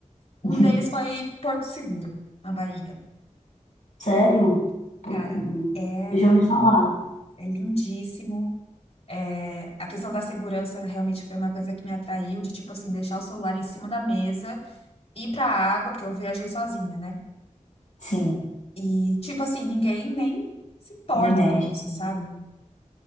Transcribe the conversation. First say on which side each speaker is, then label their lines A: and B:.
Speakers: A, on the left; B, on the left.
A: Um
B: <laughs>
A: deles foi Porto Seguro, na Bahia.
B: Sério? Pô,
A: Cara, é,
B: Eu já ouvi falar.
A: é lindíssimo. É, a questão da segurança realmente foi uma coisa que me atraiu, de tipo assim, deixar o celular em cima da mesa, ir pra água, porque eu viajei sozinha, né?
B: Sim,
A: E tipo assim, ninguém nem se importa
B: no IME.
A: com isso, sabe?